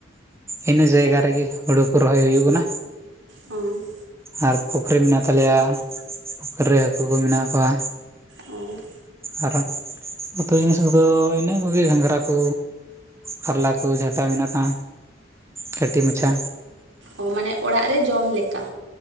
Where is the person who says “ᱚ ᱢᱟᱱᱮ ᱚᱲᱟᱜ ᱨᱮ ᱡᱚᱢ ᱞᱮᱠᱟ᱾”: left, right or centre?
Right